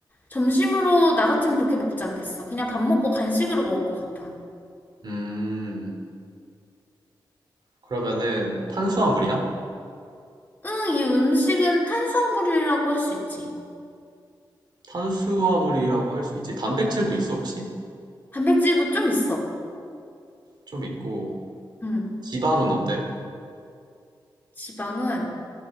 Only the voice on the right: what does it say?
음, 그러면은 탄수화물이야?
탄수화물이라고 할 수 있지. 단백질도 있어, 혹시?
좀 있고.
지방은 어때?